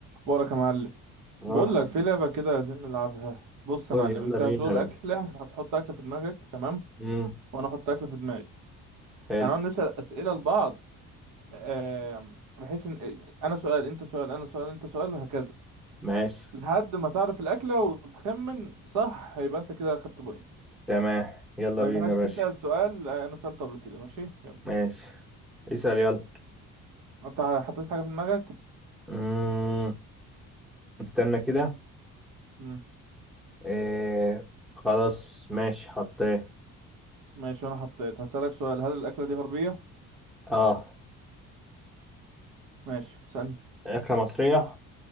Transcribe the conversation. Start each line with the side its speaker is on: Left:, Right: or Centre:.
Right: وراك يا معلم
Centre: اه
Right: بقول لك في لعبة كده عايزين نلعبها بص
Centre: قول
Right: يا معلم
Centre: يلا
Right: انت
Centre: بينا
Right: هتقول
Centre: يا
Right: أكلة
Centre: باشا
Right: هتحط أكلة في دماغك تمام
Centre: امم
Right: وانا احط أكلة في دماغي
Centre: حلو
Right: هنقعد نسأل أسئلة لبعض آم، بحيث ان انا سؤال انت سؤال انا سؤال انت سؤال وهكذا
Centre: ماشي
Right: لحد ما تعرف الأكلة وتخمن صح يبقى انت كده خدت بوينت
Centre: تمام يلا
Right: ما
Centre: بينا
Right: ينفعش
Centre: يا باشا
Right: تسأل سؤال آه، انا سألته قبل كده ماشي يلا
Centre: ماشي اسأل يلا
Right: انت حطيت حاجة في دماغك
Centre: امم استنى كده
Right: مم.
Centre: إيه خلاص ماشي حطيه
Right: ماشي وانا حطيت هسألك سؤال هل الأكلة دي غربية
Centre: اه
Right: ماشي اسألني
Centre: أكلة مصرية